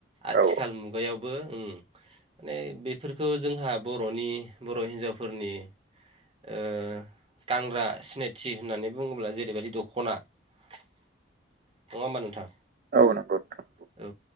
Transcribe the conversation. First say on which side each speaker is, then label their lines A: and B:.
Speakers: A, on the right; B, on the right.
A: आथिखाल
B: औ
A: मुगायावबो उम माने बेफोरखौ जोंहा बर'नि बर' हिन्जावफोरनि ओ गानग्रा सिनाय थि होननानै बुङोब्ला जेरैबायदि दख'ना नङा होमबा नोंथां
B: औ नंगौ नोंथां
A: औ